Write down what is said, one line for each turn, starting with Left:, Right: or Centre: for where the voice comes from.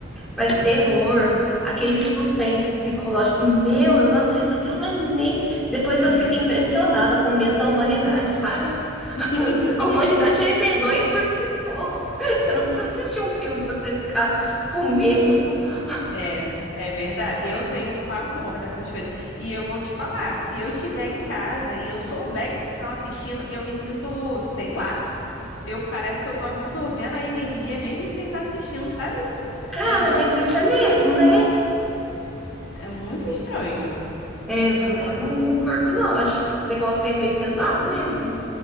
Centre: mais terror, aquele suspense psicológico. Meu, eu não assisto aquilo, mas nem. Depois
Left: Né?
Centre: eu fico impressionada com o medo da humanidade, sabe? <laughs>
Left: <laughs>
Centre: A humanidade é medonha por si só. <laughs> Você não precisa assistir um filme pra você ficar com medo. <laughs>
Left: É, é verdade. Eu tenho pavor dessas coisas. E eu vou te falar, se eu estiver em casa e eu souber que estão assistindo, eu me sinto, sei lá, eu parece que eu tô absorvendo a energia mesmo sem estar assistindo, sabe?
Centre: Cara,
Left: É muito
Centre: mas
Left: esquisito.
Centre: isso é mesmo, né?
Left: É muito estranho.
Centre: É,
Left: Não,
Centre: eu também
Left: não gosto
Centre: não,
Left: não.
Centre: não curto, não. Acho que esse negócio aí é meio pesado mesmo.